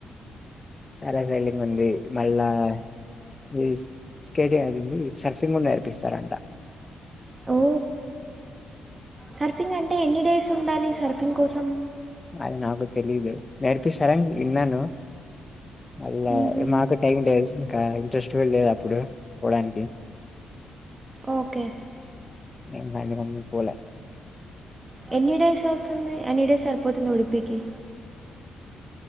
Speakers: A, on the left; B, on the right.
A: ప్యారాజైలింగ్ ఉంది మళ్ళా వీస్ స్కేటింగ్ అదింది సర్ఫింగ్ కూడా నేర్పిస్తారంట
B: ఓ సర్ఫింగ్ అంటే ఎన్ని డేస్ ఉండాలి సర్ఫింగ్ కోసం
A: అది నాకు తెలీదు నేర్పిస్తారు అని ఇన్నాను మళ్ళ
B: మ్హూ.
A: మాకు టైమ్ డేసింకా ట్రస్ట్ వెళ్ళేదప్పుడు పోవడానికి
B: ఓకే
A: ఇంక అందుకని పోలే
B: ఎన్ని డేస్ అవుతుంది ఎన్ని డేస్ సరిపోతుంది ఉడిపికి